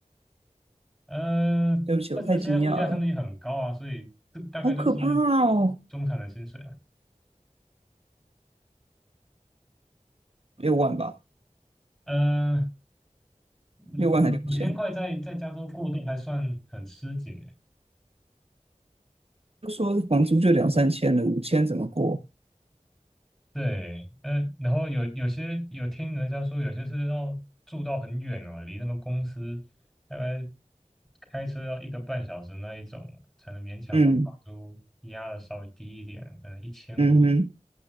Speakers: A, in the centre; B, on the right.
A: 呃，
B: 对不起，
A: 但是现在物价相对很高啊，
B: 我太惊讶了，
A: 所以这大概就是
B: 好可怕哦！
A: 中产的薪水了。
B: 六万吧，
A: 呃，
B: 六万还六千？
A: 五五五千块在在加州过渡还算很吃紧，
B: 就说房租就两三千了，五千怎么过？
A: 对，呃，然后有有些有听人家说，有些是要住到很远哦，离那个公司大概开车要一个半小时那一种，才能勉强把房租压的稍微低一点，
B: 嗯
A: 可能一千五。
B: 嗯哼，